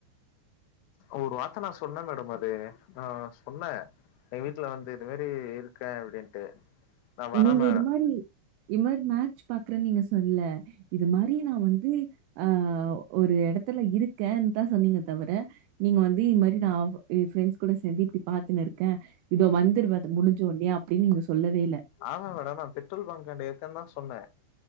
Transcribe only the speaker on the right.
நீங்க
இது மாரி இது மாரி மேட்ச் பாக்குறேன் நீங்க சொல்லல இது மாரி நா வந்து ஆ ஒரு எடத்துல இருக்கேன்தா சொன்னீங்க தவிர நீங்க வந்து இது மாரி நா ப்ரெண்ட்ஸ் கூட சேந்து இப்டி பாத்துன்னுருக்கே இதோ வந்திருவ அது முடிஞ்சோனே அப்டின் நீங்க சொல்லவே இல்ல